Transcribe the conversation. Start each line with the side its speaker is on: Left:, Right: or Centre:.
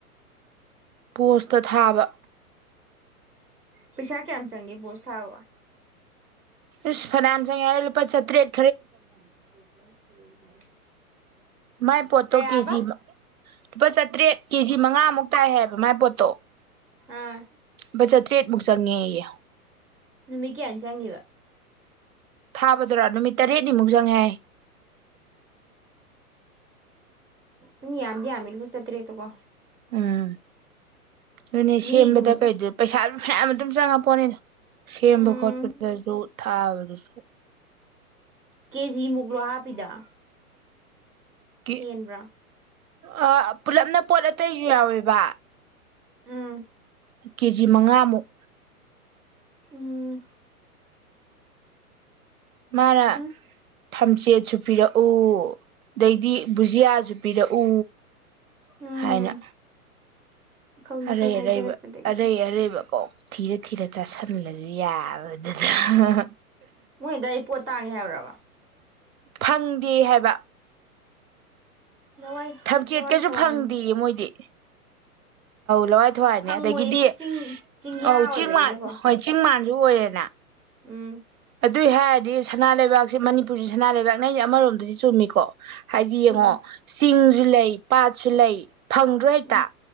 Right: ꯄꯣꯁꯇ ꯊꯥꯕ
Centre: ꯄꯩꯁꯥ ꯀꯌꯥꯝ ꯆꯪꯒꯦ ꯄꯣꯁ ꯊꯥꯔꯨꯕ
Right: ꯏꯁ ꯐꯅꯥꯟ ꯆꯣꯉꯦꯍꯦ ꯂꯨꯄꯥ ꯆꯠꯇ꯭ꯔꯦꯠ
Centre: <unintelligible>
Right: ꯃꯥꯏ ꯄꯣꯠꯇꯣ
Centre: ꯀꯌꯥꯕ
Right: ꯀꯦꯖꯤ ꯃ ꯂꯨꯄꯥ ꯆꯥꯇ꯭ꯔꯦꯠ ꯀꯦ ꯖꯤ ꯃꯉꯥꯃꯨꯛ ꯇꯥꯏ ꯍꯥꯏꯕ ꯃꯥꯏ ꯄꯣꯠꯇꯣ
Centre: ꯑꯥ
Right: ꯂꯨꯄꯥ ꯆꯥꯇ꯭ꯔꯦꯠꯃꯨꯛ ꯆꯪꯉꯦꯌꯦ
Centre: ꯅꯨꯃꯤꯠ ꯀꯌꯥꯅꯤ ꯆꯪꯉꯤꯕ
Right: ꯊꯥꯕꯗꯨꯔꯥ ꯅꯨꯃꯤꯠ ꯇꯔꯦꯠꯅꯤꯃꯨꯛ ꯆꯪꯉꯦ ꯍꯥꯏ
Centre: ꯎꯝ ꯃꯤ ꯌꯥꯝꯗꯤ ꯌꯥꯝꯃꯦ ꯂꯧꯄꯥ ꯆꯇ꯭ꯔꯦꯠꯇꯣꯀꯣ
Right: ꯎꯝ ꯑꯗꯨꯅꯦ
Centre: ꯃꯤꯒꯨꯝꯕ
Right: ꯁꯦꯝꯕꯗ ꯀꯩꯗ ꯄꯩꯁꯥ ꯐꯅꯌꯥꯝ ꯑꯗꯨꯝ ꯆꯪꯉꯄꯣꯠꯅꯤꯗ ꯁꯦꯝꯕ
Centre: ꯎꯝ
Right: ꯈꯣꯠꯄꯗꯨꯗꯁꯨ ꯊꯥꯕꯗꯁꯨ
Centre: ꯀꯦꯖꯤꯃꯨꯛ ꯂꯣ ꯍꯥꯞꯄꯤꯗꯣ
Right: ꯀꯤ
Centre: ꯍꯦꯟꯕ꯭ꯔꯥ
Right: ꯑ ꯄꯨꯂꯞꯅ ꯄꯣꯠ ꯑꯇꯩꯁꯨ ꯌꯥꯎꯋꯦꯕ
Centre: ꯎꯝ
Right: ꯀꯦꯖꯤ ꯃꯉꯥꯃꯨꯛ
Centre: ꯎꯝ
Right: ꯃꯥꯔꯥ
Centre: ꯎꯝ
Right: ꯊꯝꯆꯦꯠꯁꯨ ꯄꯤꯔꯛꯎ ꯑꯗꯩꯗꯤ ꯕꯨꯖꯤꯌꯥꯁꯨ ꯄꯤꯔꯛꯎ
Centre: ꯎꯝ
Right: ꯍꯥꯏꯅ
Centre: ꯃꯈꯜ ꯃꯈꯜ
Right: ꯑꯔꯩ
Centre: ꯍꯥꯏꯊꯔꯛꯄꯗꯒꯤ
Right: ꯑꯔꯩꯕ ꯑꯔꯩ ꯑꯔꯩꯕꯀꯣ ꯊꯤꯔ ꯊꯤꯔ ꯆꯥꯥꯁꯟꯂꯁꯨ ꯌꯥꯕꯗꯨꯗ ꯍꯍꯍ
Centre: ꯃꯣꯏ ꯑꯗꯥꯏ <unintelligible>
Right: ꯐꯪꯗꯦ ꯍꯥꯏꯕ
Centre: ꯂꯋꯥꯏ
Right: ꯊꯝꯆꯦꯠ
Centre: ꯂꯋꯥꯏ
Right: ꯀꯥꯁꯨ
Centre: ꯊꯋꯥꯏꯅꯤ
Right: ꯐꯪꯗꯦꯌꯦ ꯃꯣꯏꯗꯤ ꯂꯋꯥꯏ ꯊꯋꯥꯏꯅꯦ
Centre: ꯐꯪꯉꯣꯏ
Right: ꯑꯗꯒꯤꯗꯤ
Centre: ꯆꯤꯡ ꯆꯤꯡꯌꯥ
Right: ꯑꯎ
Centre: ꯑꯣꯏꯕꯅꯤꯅꯀꯣ
Right: ꯆꯤꯡ ꯃꯥꯟ ꯍꯣꯏ ꯆꯤꯡ ꯃꯥꯟꯁꯨ ꯑꯣꯏꯔꯦꯅ
Centre: ꯎꯝ
Right: ꯑꯗꯨꯏ ꯍꯥꯏꯔꯗꯤ ꯁꯅꯥ ꯂꯩꯕꯥꯛꯁꯦ ꯃꯅꯤꯄꯨꯔꯁꯦ ꯁꯅꯥ ꯂꯩꯕꯥꯛꯅꯦ ꯍꯥꯢꯁꯦ ꯑꯃꯔꯣꯝꯗꯗꯤ ꯆꯨꯝꯃꯤꯀꯣ ꯍꯥꯏꯗꯤ
Centre: ꯆꯨꯝꯃꯦ
Right: ꯌꯦꯡꯉꯣ ꯆꯤꯡꯁꯨ ꯂꯩ ꯄꯥꯠꯁꯨ ꯂꯩ ꯐꯪꯗ꯭ꯔꯣ ꯍꯦꯛꯇ
Centre: ꯎꯝ